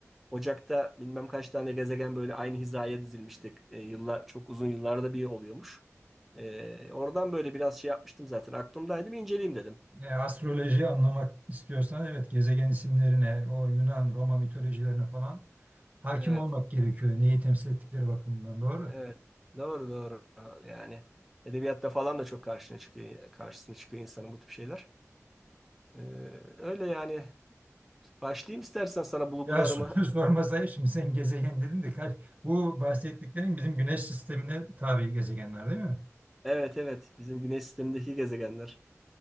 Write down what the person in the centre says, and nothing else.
Ocak'ta bilmem kaç tane gezegen böyle aynı hizaya dizilmiştik. Ee, yıllar çok uzun yıllarda bir oluyormuş. Ee, oradan böyle biraz şey yapmıştım zaten. Aklımdaydı bir inceleyeyim dedim.
Evet,
evet. Doğru doğru. Yani edebiyatta falan da çok karşına çıkıyor, karşısına çıkıyor insanın bu tip şeyler. Ee, öyle yani. Başlayayım istersen sana bulgularımı.
Evet evet. Bizim güneş sistemindeki gezegenler.